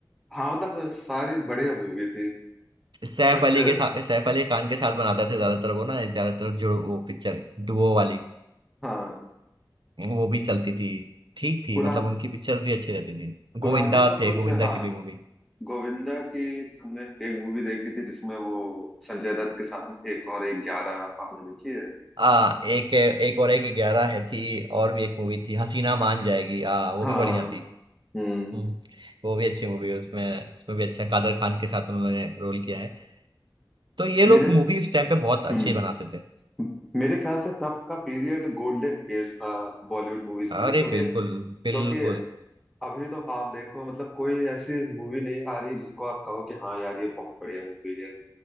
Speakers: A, in the centre; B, on the right (about 70°).
A: हाँ मतलब सारी बढ़िया मूवी थी
B: सैफ
A: बट
B: अली के साथ सैफ अली खान के साथ बनाते थे ज्यादातर वो ना ज्यादातर जो वो पिक्चर डुओ वाली
A: हाँ
B: वो भी चलती थी ठीक थी
A: पुरान
B: मतलब उनकी पिक्चर्स भी अच्छी रहती थी
A: पुरानी
B: गोविंदा
A: तो
B: थे
A: कुछ
B: गोविंदा
A: हाँ
B: की भी मूवी
A: गोविंदा की हमने एक मूवी देखी थी जिसमें वो संजय दत्त के साथ में एक और एक ग्यारह आपने देखी है
B: आ एक एक और एक ग्यारह है थी और भी एक मूवी थी हसीना मान जाएगी आ वो
A: हाँ
B: भी बढ़िया थी
A: हम्म
B: हम्म, वो भी अच्छी मूवी है उसमें उसमें भी अच्छा कादर खान के साथ उन्होंने रोल किया है तो ये
A: मेरे
B: लोग मूवी उस टाइम पे बहुत
A: हम्म
B: अच्छी बनाते थे
A: मेरे ख्याल से तब का पीरियड गोल्डन फेज था बॉलीवुड मूवीज के
B: अरे
A: लिए क्योंकि
B: बिल्कुल
A: क्योंकि
B: बिल्कुल
A: अभी तो आप देखो मतलब कोई ऐसी मूवी नहीं आ रही है जिसको आप कहो कि हाँ यार ये बहुत बढ़िया मूवी है